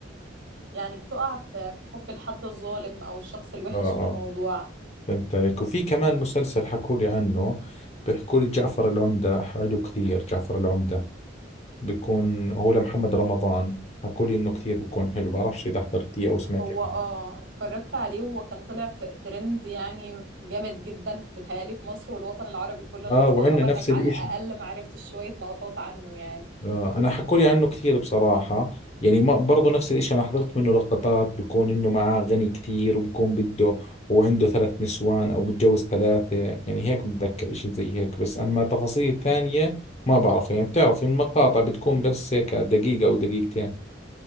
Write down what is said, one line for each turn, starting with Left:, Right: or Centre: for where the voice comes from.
Right: يعني بتقع في في حب الحد الظالم او الشخص الوحش
Left: آه آه
Right: في الموضوع
Left: فهمت عليك وفي كمان مسلسل حكوا لي عنه بيحكوا لي جعفر العمدة حلو كثير جعفر العمدة بيكون هو لمحمد رمضان حكوا لي إنه كثير بيكون حلو بعرفش إذا حضرتيه أو سمعتي
Right: هو
Left: عنه
Right: اه اتفرجت عليه وهو كان طلع في ترند يعني جامد جدا بيتهيألي في مصر والوطن العربي كله انا
Left: آه
Right: مستغربة
Left: وعندنا نفس
Right: انك
Left: الإشي
Right: على الاقل ما عرفتش شوية لقطات عنه يعني
Left: آه، انا حكولي عنه كثير بصراحة يعني ما برضه نفس الاشي انا حضرت منه لقطات بكون انه معاه غني كثير وبكون بده وعنده ثلاث نسوان او متجوز ثلاثة يعني هيك بتذكر اشي زي هيك بس اما تفاصيل ثانية ما بعرف يعني بتعرف المقاطع بتكون بس هيك دقيقة او دقيقتين